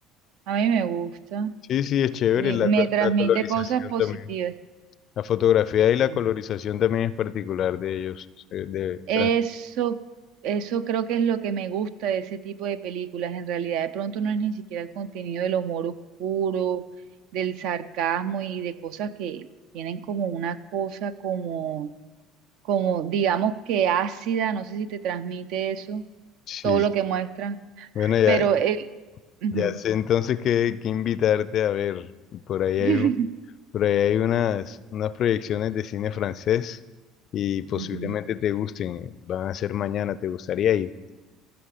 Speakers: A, on the right; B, on the left.
A: a mí me gusta
B: Sí, sí, es chévere.
A: y
B: La,
A: me
B: co-
A: transmite
B: la colorización
A: cosas positivas.
B: también. La fotografía y la
A: sí.
B: colorización también es particular de ellos, eh, de
A: Eso,
B: Francia.
A: eso creo que es lo que me gusta de ese tipo de películas. En realidad, de pronto no es ni siquiera el contenido del humor oscuro, del sarcasmo y de cosas que tienen como una cosa como como digamos que ácida, no sé si te transmite eso,
B: Sí,
A: todo lo
B: sí.
A: que muestra,
B: Bueno, ya,
A: pero el... ujú.
B: ya sé entonces que, que invitarte a ver. Por ahí
A: <laughs>
B: hay un, por ahí hay unas, unas proyecciones de cine francés y posiblemente
A: Ujú.
B: te gusten. Van a ser mañana, ¿te gustaría ir?